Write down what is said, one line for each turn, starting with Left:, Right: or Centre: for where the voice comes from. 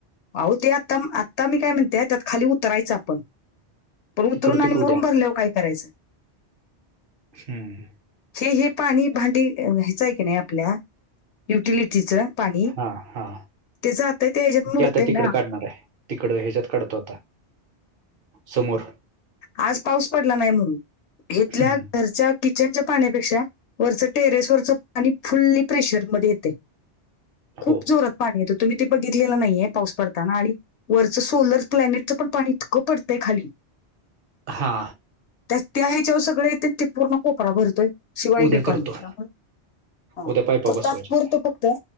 Left: आहो ते आता आता मी काय म्हणतेय त्यात खाली उतरायचं आपण पण उतरून
Right: ती करतो
Left: आणि
Right: की उद्या
Left: मुरूम भरल्यावर काय करायचं.
Right: हम्म
Left: हे हे पाणी भांडी ह्यायचंय की नाही आपल्या युटिलिटीचं पाणी
Right: हा हा
Left: ते जात आहे, ह्याच्यात मुरतंय
Right: ते आता तिकड
Left: ना
Right: काढणार आहे. तिकडं हेच्यात काढतो आता समोर.
Left: आज पाऊस पडला नाही म्हणून, घेतल्या
Right: हम्म
Left: घरच्या किचनच्या पाण्यापेक्षा वरचं टेरेसवरचं पाणी फुल्ली प्रेशरमध्ये येते. खूप
Right: हो
Left: जोरात पाणी येत. तुम्ही ते बघितलेलं नाहीये. पाऊस पडताना आणि वरचं सोलर प्लॅनेटचं पण पाणी इतकं पडतंय खाली.
Right: हा.
Left: त्या त्या ह्याच्यावर सगळे येत्यात ते पूर्ण कोपरा भरतोय. शिवायले
Right: उद्या
Left: पाणी
Right: करतो
Left: हा
Right: उद्या पायपा बसवायच्या
Left: तात्पुरत
Right: त्या
Left: फक्त